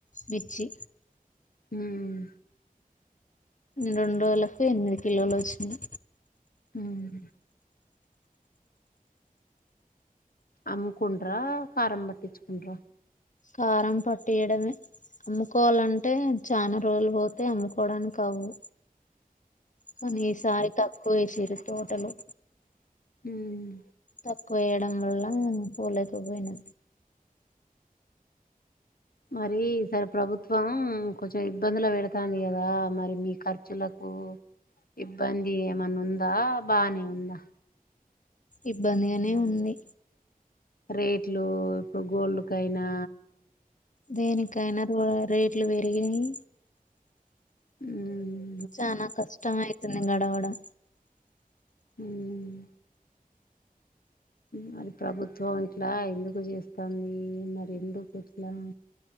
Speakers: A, on the left (about 55°); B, on the left (about 75°).
A: మిర్చి
B: ఉమ్
A: రెండ్రోజులకు ఎనిమిది కిలోలొచ్చినయి
B: ఉమ్ అమ్ముకుంట్రా కారం బట్టిచ్చుకుంట్రా
A: కారం పట్టీయడమే అమ్ముకోవాలంటే చానా రోజులు పోతే అమ్ముకోడానికవ్వు కనీ ఈసారి తక్కువేసిర్రు తోటలు
B: ఉమ్
A: తక్కువేయడం వల్ల పోలేకపోయినా
B: మరీ ఈసారి ప్రభుత్వం కొంచెం ఇబ్బందుల పెడతాంది కదా మరి మీ ఖర్చులక్ ఇబ్బంది ఏమన్నుందా, బానే ఉందా?
A: ఇబ్బందిగనే ఉంది
B: రేట్లు ఇప్పుడు గోల్డ్ కయినా
A: దేనికైనా రో రేట్లు పెరిగినయి
B: ఉమ్ హ్
A: చానా కష్టం అయితుంది గడవడం
B: ఉమ్ మరి ప్రభుత్వం ఇట్లా ఎందుకు చేస్తాందీ, మరి ఎందుకు ఇట్లా?